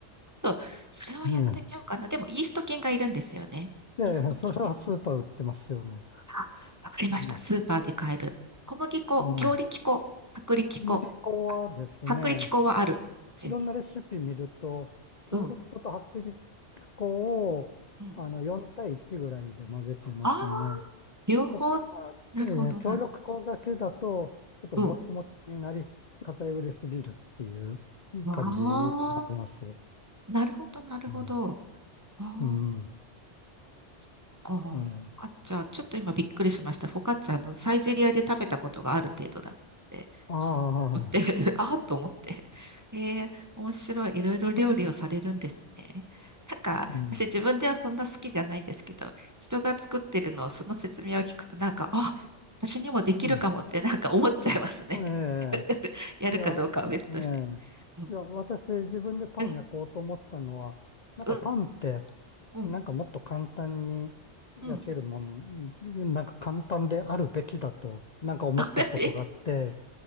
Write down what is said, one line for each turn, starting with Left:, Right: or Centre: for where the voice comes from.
Right: と <laughs>、それをやってみようかな。
Left: え
Right: でも、イースト菌がいるんですよね。
Left: え、
Right: イースト菌ね。
Left: ええ、それはスーパー売ってますよね。
Right: あ、わかりました。
Left: うん、
Right: スーパーで買える。小麦粉、
Left: うん。
Right: 強力粉、薄力粉。
Left: 小麦粉はですね、
Right: あ薄力粉はある。うちに。
Left: いろんなレシピ見ると、強力粉と薄力
Right: うん。
Left: 粉をあの4対1ぐらいで混ぜてますね。
Right: うん。ああ、両方。
Left: ちょっとまあ、えー強力粉だけだと、
Right: なるほど、なる。
Left: ちょっともちもちになりす、
Right: うん。
Left: 偏りすぎるっていう
Right: わあ、
Left: 感じになります。
Right: なるほど、なるほど。
Left: うん。
Right: ああ。
Left: うん。
Right: そっか。フォカッチャ、
Left: ええ
Right: ちょっと今びっくりしました。フォカッチャのサイゼリアで食べたことがある程度だったので、
Left: ああ、
Right: はっ思って <laughs> ああと思って。ええ面白い。いろいろ料理をされるんですね。なんか、
Left: うん。
Right: 私自分ではそんな好きじゃないんですけど、人が作ってるのをその説明を聞くと、なんか、あ、私にもできるかもってなんか思っちゃいますね。
Left: うん。え
Right: <laughs> やるかどうかは別として。
Left: えいや、ええ。
Right: うん、
Left: いや、私自分でパン焼こうと思ったのは、
Right: うん、
Left: なんかパンって、
Right: うん、うん、
Left: なんかもっと簡単に焼けるもん、
Right: うん。
Left: なんか簡単であるべきだと、なんか思ったことがあって、
Right: <laughs>